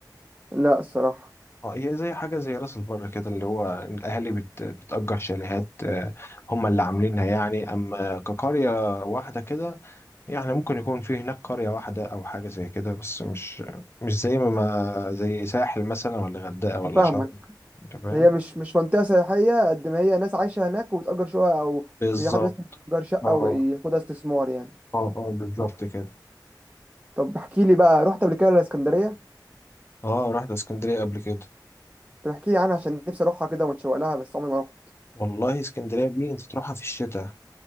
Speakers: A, on the right (about 20°); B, on the left (about 35°).
A: لا الصراحه
B: اه هي زي حاجة زي راس البر كده اللي هو الأهالي بت بتأجر شاليهات آه، هم اللي عاملينها يعني أما كقرية واحدة كده يعني ممكن يكون في هناك قرية واحدة أو حاجة زي كده بس مش مش زي ما ما- زي ساحل مثلا ولا غردقة ولا
A: فاهمك
B: شرم أنت فاهم؟
A: هي مش مش منطقه سياحيه قد ما هي ناس عايشه هناك وبتأجر شقق او
B: بالظبط
A: في حد مثلا يأجر شقه
B: اه
A: وياخدها استثمار يعني
B: اه اه بالظبط كده
A: طب احكي لي بقى رحت قبل كده الاسكندريه
B: اه رحت اسكندرية قبل كده
A: طب احكي لي عنها عشان نفسي اروحها كده ومتشوق لها بس عمري ما رحت
B: والله اسكندرية دي أنت تروحها في الشتاء